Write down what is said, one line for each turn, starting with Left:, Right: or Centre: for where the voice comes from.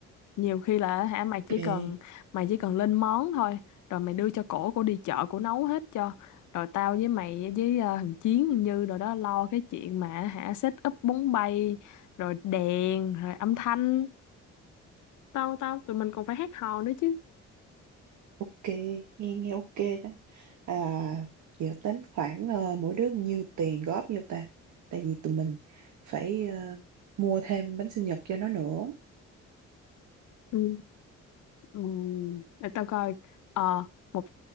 Left: nhiều khi là hả mày chỉ
Right: ok
Left: cần mày chỉ cần lên món thôi rồi mày đưa cho cổ cổ đi chợ cổ nấu hết cho rồi tao với mày với ờ, thằng Chiến thằng Như rồi đó lo cái chuyện mà hả set up bóng bay rồi đèn rồi âm thanh tao tao tụi mình còn phải hát hò nữa chứ
Right: Ok, nghe nghe ok đó. À, dự tính khoảng ờ, mỗi đứa nhiêu tiền góp vô ta? Tại vì tụi mình phải ờ, mua thêm bánh sinh nhật cho nó nữa.
Left: ừ, ừ, để tao coi ờ một